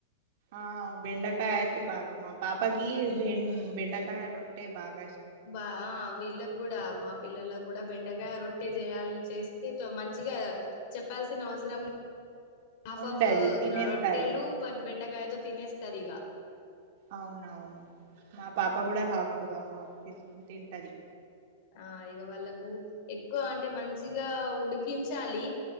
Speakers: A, on the right; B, on the left.
A: ఆ బెండకాయ అయితే బాగా మా పాపకి బె బెండకాయ రొట్టె బాగ
B: బా వీళ్ళకి గుడా మా పిల్లలకు కూడా బెండకాయ రొట్టే చేయాలి చేస్తే మంచిగా చెప్పాల్సిన అవసరం హాఫ్
A: ఉండది
B: హాఫ్
A: తినేస్తారు
B: రొట్టెలు బ బెండకాయతో తినే తరిగా
A: అవునవును మా పాప కూడా హాఫ్ హాఫ్ తీసుకుని తింటది
B: ఆ ఇక వాళ్ళకు ఎక్కువ అంటే మంచిగా ఉడికించాలి